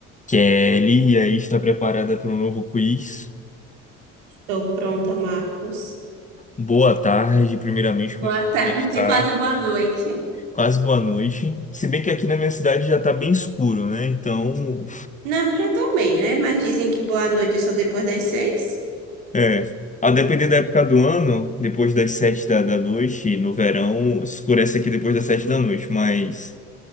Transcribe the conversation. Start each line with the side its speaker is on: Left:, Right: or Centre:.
Left: Kelly, e aí está preparada para um novo quiz.
Right: Estou pronta, Marcos.
Left: Boa tarde, primeiramente,
Right: Boa
Left: como é que
Right: tarde,
Left: você está?
Right: <laughs> quase boa noite.
Left: Quase boa noite. Se bem que aqui na minha cidade já está bem escuro, né? Então,
Right: Na minha também, né? Mas dizem que boa noite é só depois das seis.
Left: é, a depender da época do ano, depois das sete da, da noite, no verão, escurece aqui depois das sete da noite, mas